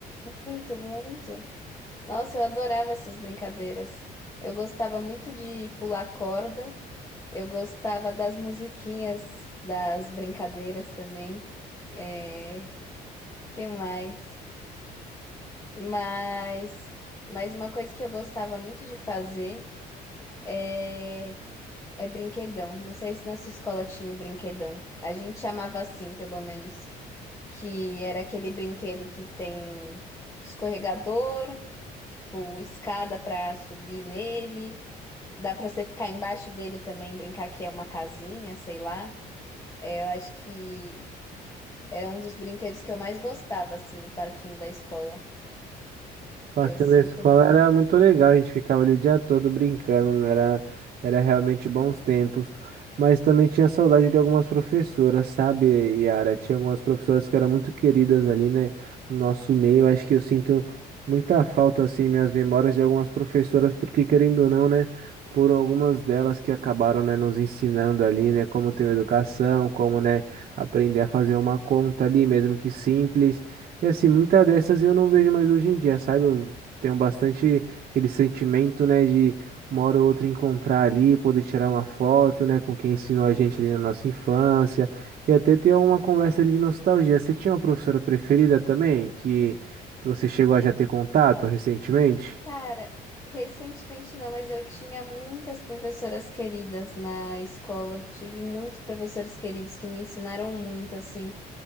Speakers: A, on the left; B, on the right.
A: Muito, muito. Nossa, eu adorava essas brincadeiras. Eu gostava muito de pular corda. Eu gostava das musiquinhas das brincadeiras também. É, que mais? Mas, mas uma coisa que eu gostava muito de fazer é, é brinquedão. Não sei se na sua escola tinha o brinquedão. A gente chamava assim, pelo menos. que era aquele brinquedo que tem escorregador, tipo escada para subir nele. Dá para você ficar embaixo dele também, brincar que é uma casinha, sei lá. É, eu acho que era um dos brinquedos que eu mais gostava assim no parquinho da escola.
B: parque
A: Eu sinto
B: da escola
A: muito.
B: era muito legal, a gente ficava ali o dia todo brincando, né? era, era realmente bons tempos. Mas também tinha saudade de algumas professoras, sabe, Yara? Tinha algumas professoras que eram muito queridas ali, né, no nosso meio. Acho que eu sinto muita falta, assim, em minhas memórias de algumas professoras, porque querendo ou não, né, foram algumas delas que acabaram, né, nos ensinando ali, né, como ter uma educação, como, né, aprender a fazer uma conta ali, mesmo que simples. E assim, muitas dessas eu não vejo mais hoje em dia, sabe? Eu tenho bastante aquele sentimento, né, de uma hora ou outra encontrar ali, poder tirar uma foto, né, com quem ensinou a gente ali na nossa infância, e até ter uma conversa ali de nostalgia. Você tinha uma professora preferida também, que, que você chegou a já ter contato recentemente?
A: Cara, recentemente não, mas eu tinha muitas professoras queridas na escola. Tive muitos professores queridos que me ensinaram muito assim.